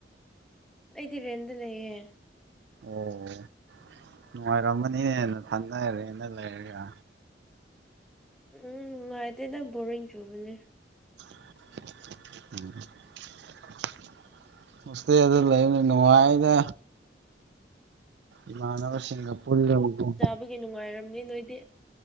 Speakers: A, in the centre; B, on the right.
A: ꯑꯩꯗꯤ ꯔꯦꯟꯗ ꯂꯩꯌꯦ
B: ꯑꯣ ꯅꯨꯡꯉꯥꯏꯔꯝꯃꯅꯤꯦꯍꯦ ꯅꯊꯟꯗ ꯔꯦꯟꯗ ꯂꯩꯔꯒ
A: ꯎꯝ ꯅꯨꯡꯉꯥꯏꯇꯦꯗ ꯕꯣꯔꯤꯡ ꯆꯨꯕꯅꯦ
B: <unintelligible> ꯍꯣꯁꯇꯦꯜꯗ ꯂꯩꯕꯅ ꯅꯨꯡꯉꯥꯏꯗ ꯏꯃꯥꯟꯅꯕꯁꯤꯡꯒ ꯄꯨꯜꯂꯒꯀꯣ
A: ꯗꯨꯒꯤ ꯅꯨꯡꯉꯥꯏꯔꯝꯅꯤ ꯅꯣꯏꯗꯤ